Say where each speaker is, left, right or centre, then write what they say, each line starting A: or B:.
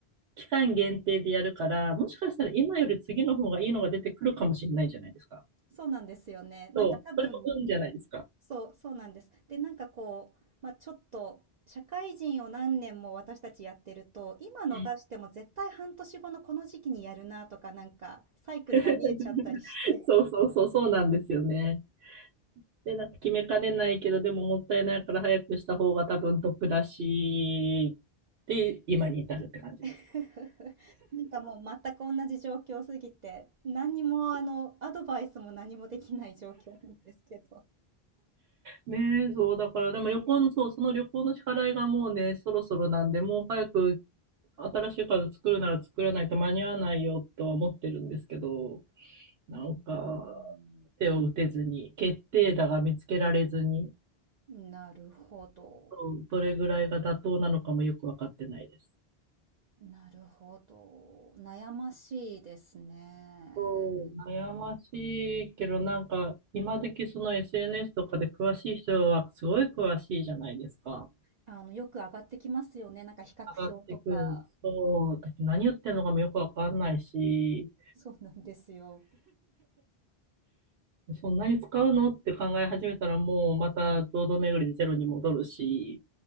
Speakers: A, on the right; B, on the right.
A: 期間限定でやるから、もしかしたら今より次の方がいいのが出てくるかもしれないじゃないですか。
B: そうなんですよね。なんか多分、
A: そう。それも運じゃないですか。
B: そう、そうなんです。で、なんかこう、まあ、ちょっと、社会人を何年も私たちやってると、今逃しても絶対半年後のこの時期にやるなとか、
A: うん。
B: なんかサイクルが見えちゃったりして。
A: <laughs> そうそうそう、そうなんですよね。で、なんか決めかねないけど、でももったいないから早くした方が多分得だし、で、今に至るって感じです。
B: <laughs> なんかもう全く同じ状況すぎて、何にもあの、アドバイスも何もできない状況なんですけど。
A: ねえ、そう、だから、でも旅行の、そう、その旅行の支払いがもうね、そろそろなんで、もう早く新しいカード作るなら作らないと間に合わないよとは思ってるんですけど、なんか、
B: うーん
A: 手を打てずに、決定打が見つけられずに、
B: なるほど。
A: そうどれぐらいが妥当なのかもよくわかってないです。
B: なるほど。悩ましいですね。
A: そう、悩ましいけど、なんか、今時その SNS とかで詳しい人はすごい詳しいじゃないですか。
B: あの、よく上がってきますよね。なんか比較表とか。
A: 上がってくる。そう。だって何言ってんのかもよくわかんないし、
B: そうなんですよ。
A: そんなに使うのって考え始めたらもうまた堂々巡りでゼロに戻るし。